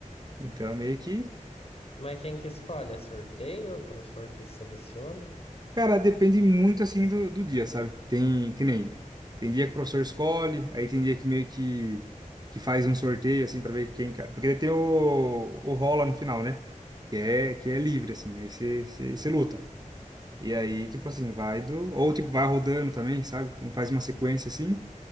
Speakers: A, on the right; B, on the left.
A: Então, é meio que,
B: Mas quem que escolhe? É sorteio? O professor que seleciona?
A: cara, depende muito, assim, do, do dia, sabe? Tem, que nem, tem dia que o professor escolhe, aí tem dia que meio que, que faz um sorteio, assim, pra ver quem... ca- Porque ele tem o, o rola no final, né? que é, que é livre, assim, aí você você- você luta. E aí, tipo assim, vai do. Ou tipo, vai rodando também, sabe? Então faz uma sequência assim.